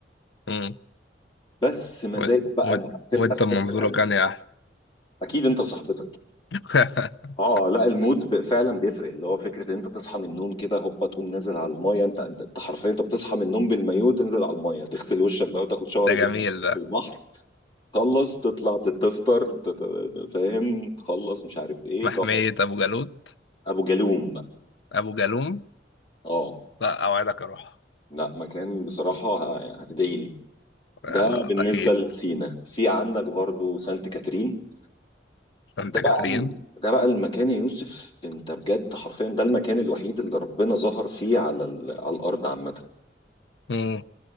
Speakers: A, on the left (about 75°); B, on the left (about 25°).
A: مم.
B: بس مزاج
A: و...
B: بقى
A: و...
B: انت بتبقى
A: وانت
B: في
A: منظورك
B: حته تانيه
A: كان يا احلى
B: اكيد انت وصاحبتك
A: <laughs>
B: اه لا المود ب- فعلا بيفرق اللي هو فكره ان انت تصحى من النوم كده هوبا تقوم نازل على المايه انت انت أنت حرفيا انت بتصحى من النوم بالمايو تنزل على المايه تغسل وشك بقى وتاخد شاور
A: ده
B: جديد
A: جميل ده
B: في البحر تخلص تطلع تفطر تت- فاهم تخلص مش عارف ايه
A: محمية
B: تقعد
A: ابو جالوت
B: ابو جالوم
A: ابو جالوم
B: اه
A: لا اوعدك اروح
B: لا مكان بصراحة ه- هتدعي لي
A: لا
B: ده بالنسبة
A: اكيد
B: لسينا في عندك برضو سانت كاترين
A: انت
B: ده
A: كاترين
B: بقى ال- ده بقى المكان يا يوسف انت بجد حرفيا ده المكان الوحيد اللي ربنا ظهر فيه على ال... على الأرض عامة
A: مم.